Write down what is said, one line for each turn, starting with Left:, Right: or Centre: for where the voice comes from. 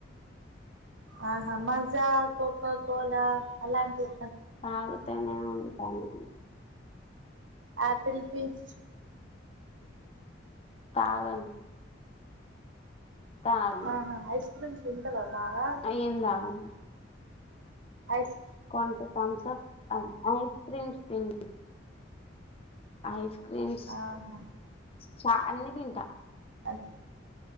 Right: ఆహా మజా కోఖో కోలా అలాంటివి
Left: తాగుతనే ఉంటాను
Right: ఆపిల్ ఫీజ్
Left: తాగాను తాగను
Right: ఆహా ఐస్ ఐస్ క్రీమ్స్ తింటార బాగా
Left: ఏం తాగను
Right: ఐస్
Left: కొంట థమ్సప్ అండ్ ఐస్ క్రీమ్స్ తీన్ ఐస్ క్రీమ్
Right: ఆహా
Left: చ అన్ని తింటా
Right: అట్